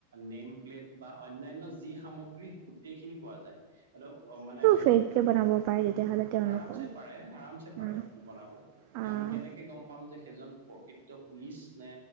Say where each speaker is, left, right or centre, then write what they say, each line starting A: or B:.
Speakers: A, on the right; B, on the right.
A: নেম প্লেট বা অন্যান্য যি সামগ্ৰী গোটেইখিনি পোৱা যায়। হেল্ল, অ, মানে
B: ফেককৈ বনাব পাৰে তেতিয়াহ'লে তেওঁলোকৰ
A: আৰামচে পাৰে, আৰামচে পাৰে,
B: উম,
A: সেইটো বনাব, এতিয়া
B: আহ,
A: আমি কেনেকে গম পাম যে, সেইজন প্ৰকৃত পুলিচ নে?